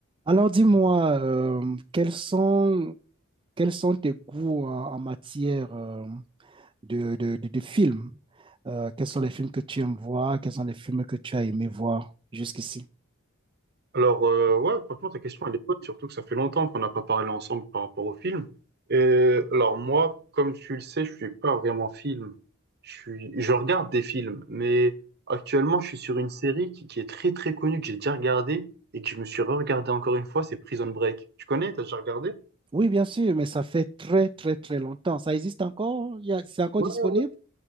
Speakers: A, on the right; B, on the right.
A: Alors dis-moi, euh, quels sont, quels sont tes goûts en, en matière euh, de, de, de, de films? Euh, quels sont les films que tu aimes voir? Quels sont les films que tu as aimé voir jusqu'ici?
B: Alors, euh, ouais, franchement, ta question, elle est bonne, surtout que ça fait longtemps qu'on n'a pas parlé ensemble par rapport au film. Et, alors, moi, comme tu le sais, je suis pas vraiment film. Je suis, je regarde des films, mais actuellement, je suis sur une série qui, qui est très, très connue, que j'ai déjà regardée et que je me suis re-regardée encore une fois, c'est Prison Break. Tu connais? T'as déjà regardé?
A: Oui, bien sûr, mais ça fait très, très, très longtemps. Ça existe encore? Il y a- C'est encore
B: Ouais,
A: disponible?